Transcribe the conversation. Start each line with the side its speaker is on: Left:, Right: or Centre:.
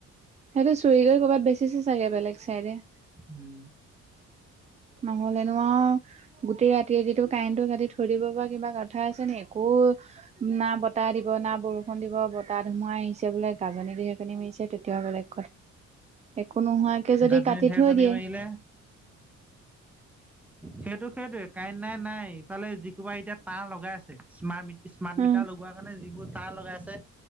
Right: সেইটো চুৰি কৰি ক'ৰবাত বেচিছে চাগে বেলেগ চাইডে।
Centre: উম
Right: নহ'লে নো আও গোটেই ৰাতি ৰাতিটো কাৰেণ্টটো কাটি থৈ দিব পৰা কিবা কথা আছে নি একো। না বতাহ দিব না বৰষুণ দিব বতাহ ধুমুহা আহিছে বোলে গাজনি ঢেৰেকনি মাৰিছে তেতিয়া বেলেগ। একো নোহোৱাকে যদি
Centre: গাজনি
Right: কাটি
Centre: ঢেৰেকনি
Right: থৈ দিয়ে।
Centre: মাৰিলে সেইটো সেইটোয়ে কাৰেন নাই নাই ইফালে যিসোপা এতিয়া তাঁৰ লগাই আছে smart meat. Smart
Right: um
Centre: meter লগোৱাৰ কাৰণে যিবোৰ তাৰ লগাইছে।